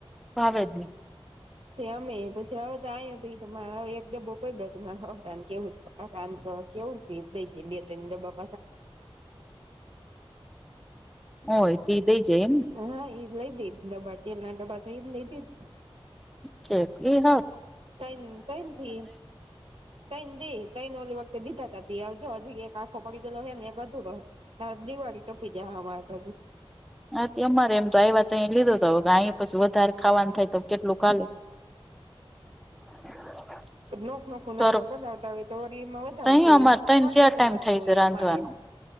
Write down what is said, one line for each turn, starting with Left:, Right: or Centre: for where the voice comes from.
Centre: અવેજ જ નહી.
Right: તે અમે પછી હવે તો આઈ ત તો એક ડબ્બો પડ્યોતાને કેવું હતું. આ સાંત તો કેવુ <unintelligible> બે ત્રણ ડાબા
Centre: હોય તે થઈ જ એમ.
Right: હા એ લઈ દેત ડબ્બા તેલ ના ડબ્બા તો એ લઈ દેત.
Centre: છે એ હ
Right: તઈણ તઈ ના થી. તૈને દે તૈને ઓલી વખતે દીધા ત ત જો હજી એક આંખો પડી ગેલો હે ને એક અધુરો હે. હા દિવાળી તો પીજા હમારા <unintelligible>
Centre: હા તે અમારે એમ તો આ વાત અહી લીધો તો કે અહી પછી વધારે ખાવાનું થાય તો કેટલું ખાલે
Right: <unintelligible>
Centre: <unintelligible>
Right: નોખ નખું
Centre: તર
Right: નાડ બનાવતા હોય તો વ એમાં વધારે
Centre: તઈ
Right: જો હોઈ.
Centre: અમારે તને
Right: તળ
Centre: જ્યાં
Right: ગલું
Centre: ટાઈમ
Right: વધું
Centre: થાય
Right: હોય
Centre: છે રાંધવાનું
Right: અમારે